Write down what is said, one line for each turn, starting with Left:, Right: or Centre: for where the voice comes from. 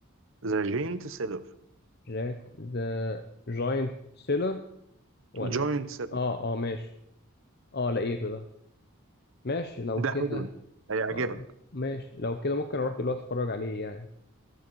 Right: ذا جينت سيلر
Left: جاك ذا جاينت سيلر ولا
Right: جوينت
Left: إيه؟
Right: سيلر
Left: اه اه ماشي اه لقيته ده ماشي لو
Right: ده
Left: كده
Right: حلو ده، هيعجبك
Left: آه ماشي لو كده ممكن اروح دلوقتي اتفرج عليه يعني